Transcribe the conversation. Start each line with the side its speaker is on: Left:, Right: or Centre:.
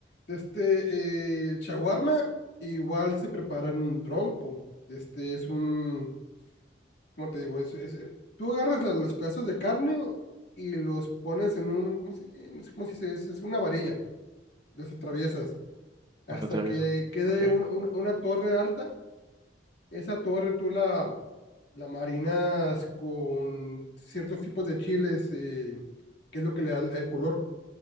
Left: este, eh, el shawarma igual se prepara en un trompo. Este es un, ¿cómo te digo? Es, es, eh, tú agarras la- los pedazos de carne y los pones en un, ¿cómo se, eh, no sé cómo se dice? Es, es una varilla, las atraviesas hasta
Right: ¿Dónde atraviesa?
Left: que quede
Right: Ok,
Left: un- un- una torre alta. Esa torre tú la, la marinas con ciertos tipos de chiles, eh, que es lo que le da el el color.